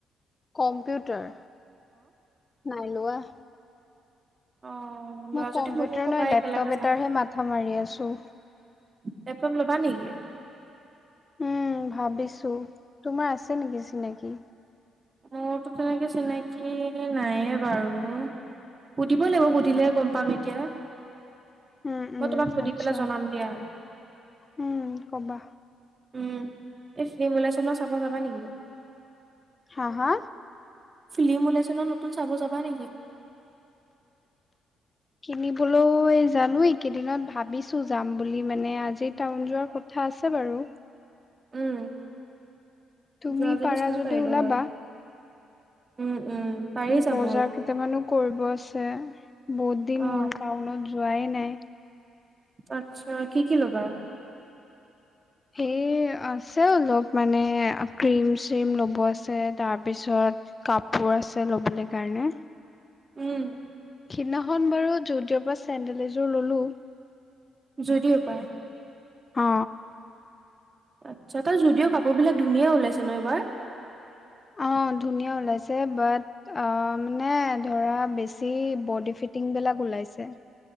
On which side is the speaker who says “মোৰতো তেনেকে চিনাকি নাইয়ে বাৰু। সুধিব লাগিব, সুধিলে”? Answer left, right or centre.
Right